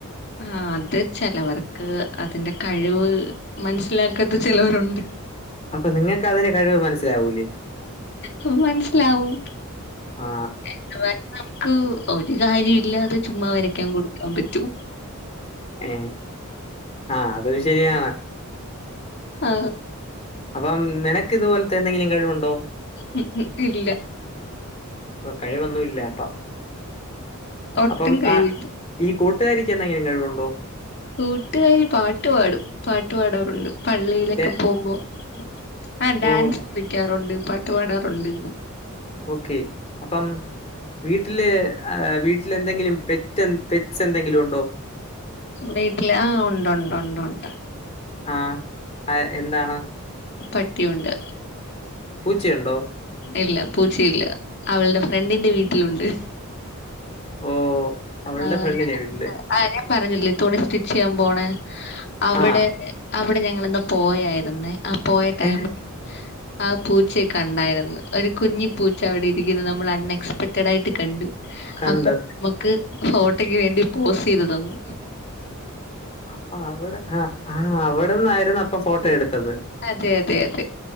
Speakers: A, on the left; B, on the left.
A: ആ, അത് ചെലവർക്ക് അതിന്റെ കഴിവ് മനസിലാക്കാത്ത ചെലവരുണ്ട്.
B: അപ്പ നിങ്ങക്ക് അതിന്റെ കഴിവ് മനസ്സിലാവൂലേ
A: ഹും മനസിലാവും
B: ആ
A: എന്ന് പറഞ്ഞ് മ്മക്ക് ഒരു കാര്യോല്ലാതെ ചുമ്മാ വരയ്ക്കാൻ കൊടുക്കാൻ പറ്റ്വോ?
B: ഏ ആ അതൊരു ശരിയാണ്.
A: ആ
B: അപ്പം നിനക്ക് ഇതുപോലത്തെ എന്തെങ്കിലും കഴിവുണ്ടോ?
A: ഉം, ഉം ഇല്ല
B: ആ കഴിവൊന്നുമല്ല അപ്പം,
A: ഒട്ടും
B: അപ്പം
A: കഴിവില്ല
B: ആ ഈ കൂട്ട കൂട്ടുകാരിക്ക് എന്തെങ്കിലും കഴിവുണ്ടോ?
A: കൂട്ടുകാരി പാട്ട് പാടും, പാട്ട് പാടാറുണ്ട് പള്ളിയിലൊക്കെ
B: ലെ
A: പോകുമ്പോ. ആ ഡാൻസ്
B: ഓ
A: കുളിക്കാറുണ്ട് പാട്ട് പാടാറുണ്ട്
B: ഓക്കെ അപ്പം വീട്ടില് വീട്ടിൽ എന്തെങ്കിലും പെറ്റ പെറ്റ് പെറ്റ്സ് എന്തെങ്കിലും ഉണ്ടോ
A: വീട്ടില് ആ ഉണ്ടുണ്ട് ഉണ്ടുണ്ട്
B: ആ അ എന്താണ്
A: പട്ടിയുണ്ട്
B: പൂച്ചയുണ്ടോ
A: ഇല്ല പൂച്ചയില്ല അവളുടെ ഫ്രണ്ടിന്റെ വീട്ടിലുണ്ട്
B: ഓ അവളുടെ
A: ആ
B: ഫ്രണ്ടിന്റെ
A: ഞങ്ങ
B: വീട്ടില്
A: ആ ഞാൻ പറഞ്ഞില്ലേ തുണി സ്റ്റിച്ച് ചെയ്യാൻ പോണ അവിടെ
B: ആഹ്
A: അവിടെ ഞങ്ങളിന്ന് പോയായിരുന്നേ ആ പോയ ടൈമിൽ
B: ഏഹ്
A: ആ പൂച്ചയെ കണ്ടായിരുന്നു ഒരു കുഞ്ഞി പൂച്ച അവിടെ ഇരിക്കുന്നു നമ്മൾ അൺഎക്സ്പെക്റ്റഡ് ആയിട്ട് കണ്ടു
B: കണ്ട്
A: അപ്പൊ നമ്മുക്ക് ഫോട്ടോക്ക് വേണ്ടി പോസ് ചെയ്ത് തന്നു
B: അപ്പൊ അവിടെ ആ ആ അവിടെന്നായിരുന്നു അപ്പൊ ഫോട്ടോ
A: ഉം
B: എടുത്തത്
A: അതെ അതെ അതെ